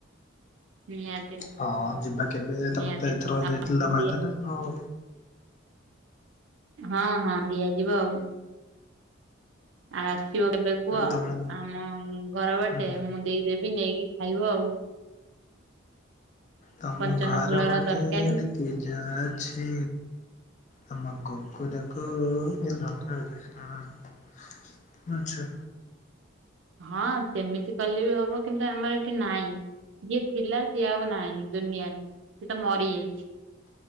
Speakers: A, on the right; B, on the left.
A: ନିହାତି।
B: ହଁ ଯିବା କେବେ ତମେ
A: ନିହାତି
B: ତ ଏଥରକ ଯାଇଥିଲ
A: ଦିଆ
B: ବାହାଥିଲ ଆଉ।
A: ହଁ ହଁ ଦିଆଯିବ ଆଉ। ଆଉ ଆସିବ କେବେ କୁହ ଆ
B: ତମ
A: ଆମ ଘର ବାଟେ
B: ହୁଁ
A: ମୁଁ ଦେଇଦେବି ନେଇକି ଖାଇବ ଆଉ।
B: ତମ
A: କଞ୍ଚନ
B: ଘର
A: ଫୁଲର
B: ବାଟେ
A: ତରକାରୀ
B: ନିତି ଯାଉଛି। ତମ କୁକୁର କୁ ଗେଲ କରୁ ହଁ। ଆଛା।
A: ହଁ ସେମିତି କଲେ ବି ହବ କିନ୍ତୁ ଆମର ଏଠି ନହିଁ। ଯିଏ ଥିଲା ସିଏ ଆଉ ନାହିଁ ଦୁନିଆରେ ସିଏ ତ ମରିଯାଇଛି।